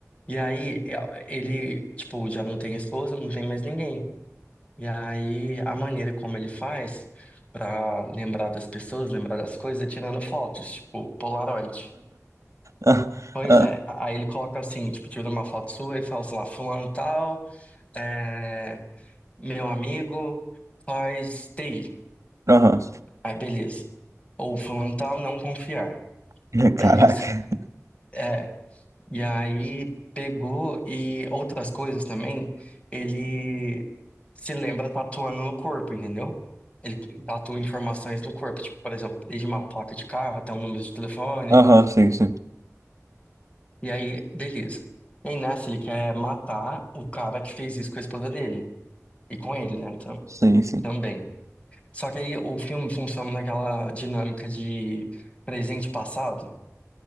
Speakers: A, on the left; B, on the right.
A: E aí, é, ele, tipo, já não tem esposa, não tem mais ninguém. E aí, a maneira como ele faz pra lembrar das pessoas, lembrar das coisas, é tirando fotos, tipo, Polaroid.
B: Ah,
A: Pois
B: ah,
A: é, a- aí ele coloca assim, tipo, tira uma foto sua e fala, sei lá, fulano tal, é, meu amigo, faz TI.
B: Aham.
A: Aí, beleza. Ou fulano tal, não confiar.
B: <laughs>
A: Beleza.
B: Caraca.
A: É. E aí pegou e outras coisas também, ele se lembra tatuando no corpo, entendeu? Ele tatua informações no corpo, tipo, por exemplo, desde uma placa de carro até um número de telefone.
B: Aham, sim, sim.
A: E aí, beleza. E aí nessa ele quer matar o cara que fez isso com a esposa dele. E com ele, né? tam-
B: Sim, sim.
A: Também. Só que aí o filme funciona naquela dinâmica de presente e passado.